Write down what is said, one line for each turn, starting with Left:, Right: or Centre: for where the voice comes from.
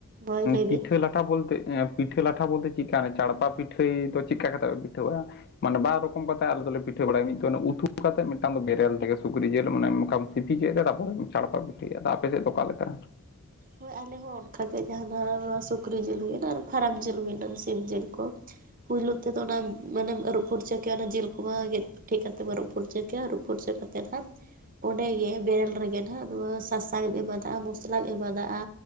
Right: ᱦᱳᱭ ᱞᱟᱹᱭ
Left: ᱯᱤᱴᱷᱟᱹ
Right: ᱵᱤᱱ
Left: ᱞᱟ ᱯᱤᱴᱷᱟᱹ ᱞᱟᱴᱷᱟ ᱵᱚᱞᱛᱮ ᱪᱤᱠᱟ ᱪᱟᱲᱯᱟ ᱯᱤᱴᱷᱟᱹᱭ ᱫᱚ ᱪᱮᱫ ᱞᱮᱠᱟ ᱠᱟ ᱠᱟᱛᱮ ᱯᱮ ᱯᱤᱴᱷᱟᱹᱣᱟ ᱢᱟᱱᱮ ᱵᱟᱨ ᱨᱚᱠᱚᱢ ᱠᱟᱛᱮ ᱟᱞᱮ ᱫᱚᱞᱮ ᱯᱤᱴᱷᱟᱹ ᱵᱟᱲᱟᱭᱟ ᱢᱤᱫ ᱫᱚ ᱩᱛᱩ ᱠᱟᱛᱮ ᱢᱤᱫᱴᱟᱝ ᱫᱚ ᱵᱮᱨᱮᱞ ᱛᱮᱜᱮ ᱥᱩᱠᱨᱤ ᱡᱤᱞ ᱢᱟᱱᱮᱢ ᱥᱤᱯᱤ ᱠᱮᱫ ᱛᱮ ᱛᱟᱯᱚᱨᱮᱢ ᱪᱷᱟᱲᱯᱟ ᱯᱤᱴᱷᱟᱹᱭᱟ ᱟᱫᱚ ᱟᱯᱮ ᱥᱮᱫ ᱫᱚ ᱚᱠᱟ ᱞᱮᱠᱟ
Right: ᱦᱳᱭ ᱟᱞᱮ ᱦᱚᱸᱚᱸ ᱚᱱᱠᱟᱜᱮ ᱡᱟᱦᱟ ᱱᱚᱣᱟ ᱥᱩᱠᱨᱤ ᱡᱤᱞ ᱦᱩᱭᱱᱟ ᱟᱨ ᱯᱷᱟᱨᱟᱠ ᱡᱤᱞ ᱦᱩᱭᱱᱟ ᱥᱤᱢ ᱡᱤᱞ ᱠᱚ ᱯᱩᱭᱭᱞᱩ ᱛᱮᱫᱚ ᱚᱱᱟ ᱢᱟᱱᱮᱢ ᱟᱹᱨᱩᱵ ᱯᱷᱩᱨ ᱪ ᱠᱮᱭᱟ ᱚᱱᱟ ᱡᱤᱞ ᱠᱚᱢᱟ ᱜᱮᱫ ᱴᱷ ᱠᱟᱛᱮᱫ ᱟᱨᱩᱵ ᱯᱷᱟᱨᱪᱟ ᱠᱮᱭᱟ ᱟᱨᱩᱯ ᱯᱷᱩᱨᱪᱟᱹ ᱠᱟᱛᱮᱫ ᱦᱟᱸᱜ ᱚᱸᱰᱮᱜᱮ ᱵᱮᱨᱮᱞ ᱨᱮᱜᱮ ᱦᱟᱸᱜ ᱱᱚᱣᱟ ᱥᱟᱥᱟᱝᱢ ᱮᱢᱟᱫᱟ ᱢᱚᱥᱞᱟᱢ ᱮᱢᱟᱫᱟᱼᱟ